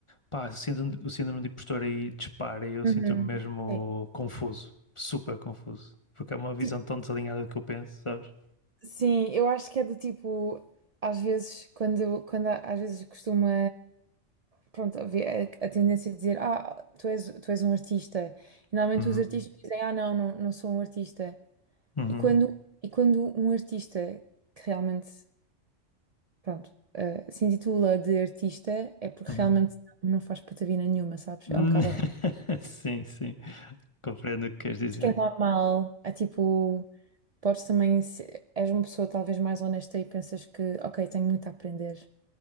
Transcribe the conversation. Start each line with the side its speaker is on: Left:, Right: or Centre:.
Left: pá, sendo o síndrome de impostor aí dispara, e eu
Right: Uhum.
Left: sinto-me mesmo
Right: Sim.
Left: confuso, super confuso, porque é uma visão
Right: Tipo,
Left: tão desalinhada do que eu penso, sabes?
Right: Sim, eu acho que é do tipo, às vezes, quando, quando há- às vezes costuma, pronto, haver a, a tendência de dizer, ah, tu és, tu és um artista. E normalmente
Left: Uhum,
Right: os artistas dizem, ah, não, não, não sou um artista.
Left: uhum,
Right: E quando, e quando um artista que realmente, pronto, eh, se intitula de artista, é porque
Left: uhum.
Right: realmente não faz patavina nenhuma, sabes?
Left: Hum,
Right: É um bocado ao contrário.
Left: <laughs> Sim, sim, compreendo o que queres dizer.
Right: Acho que é normal, é tipo. podes também, se és uma pessoa talvez mais honesta e pensas que, ok, tenho muito a aprender.